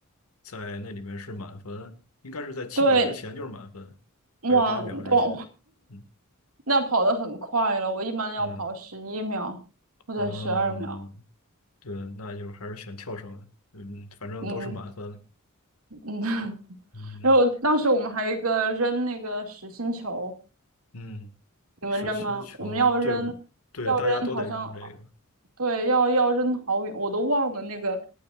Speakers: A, on the left; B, on the right.
A: 在那里面是满分，应该是在七秒之前就是满分，
B: 对，哇，
A: 还是八秒之前？
B: 哇，
A: 嗯
B: <laughs> 那跑得很快了。我一般要跑十一秒或者十二秒。
A: 嗯嗯，对，那就还是选跳绳，嗯，反正都是满分，
B: 嗯嗯，<laughs>
A: 嗯
B: 然后当时我们还有一个扔那个实心球，
A: 嗯，
B: 你们扔吗？
A: 实心球，
B: 我们要扔，
A: 对对，
B: 要扔，
A: 大家都得扔这个，
B: 好像对，要要扔好远，我都忘了那个，